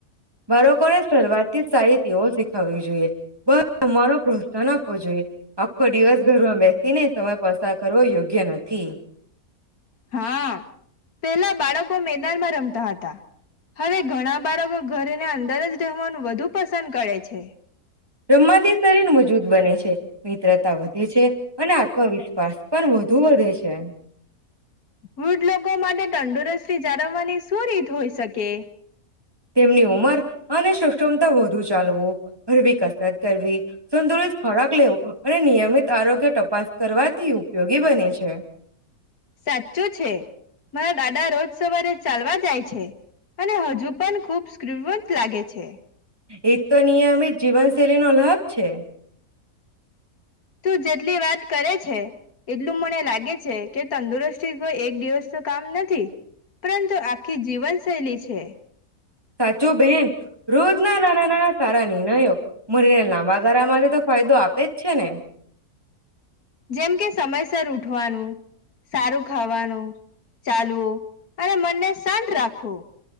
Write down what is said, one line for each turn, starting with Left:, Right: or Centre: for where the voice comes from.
Right: બાળકો ને શરૂઆત થી સારી તેવ શીખાવવી જોઈએ. બસ અરો પ્રોત્સાહન આપવો જોઈએ આખો દિવસ ઘરમાં બેસી ને સમય પસાર કરવો યોગ્ય નથી.
Left: હા પેલા બાળકો મેદાનમાં રમતા હતા હવે ઘણા બાળકો ઘરને અંદર જ રહેવાનું વધુ પસંદ કરે છે.
Right: રમવાથી શરીર મજબૂત બને છે મિત્રતા વધે છે અને આત્મવિશ્વાસ પણ વધુ વધે છે.
Left: વૃદ્ધ લોકો માટે તંદુરસ્તી ચારવવાની શું રીત હોઈ શકે.
Right: તેમની ઉંમર અને સક્ષમતા વધુ ચાલવું હરવી કસરત કરવી સંતુલિત ખોરાક લેવો અને નિયમિત આરોગ્ય તપાસ કરવાથી ઉપયોગી બને છે.
Left: સાચું છે મારા દાદા રોજ સવારે ચાલવા જાય છે અને હજુ પણ ખુબ સ્કવત લાગે છે.
Right: એ તો નિયમ જીવનશૈલીનો અલગ છે.
Left: તું જેટલી વાત કરે છે એટલું મને લાગે છે કે તંદુરસ્તી કોઈ એક દિવસ તો કામ નથી પરંતુ આખી જીવન શૈલી છે.
Right: સાચો બહેન રોજના નાના નાના સારા નિર્ણયો મનેને લાંબા ગાળામાંથી તો ફાયદો આપે જ છે ને.
Left: જેમ કે સમયસર ઉઠવાનું સારું ખાવાનું ચાલવો અને મનને શાંત રાખવો.